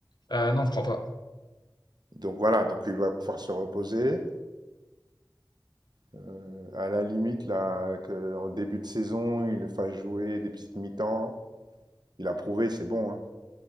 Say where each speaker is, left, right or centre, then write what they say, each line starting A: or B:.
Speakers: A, on the left (about 65°); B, on the right (about 65°).
A: Euh, non, je crois pas.
B: Donc voilà, donc il va pouvoir se reposer. Heu, à la limite là, qu'en début de saison, il le fasse jouer des petites mi-temps. Il a prouvé, c'est bon, hein.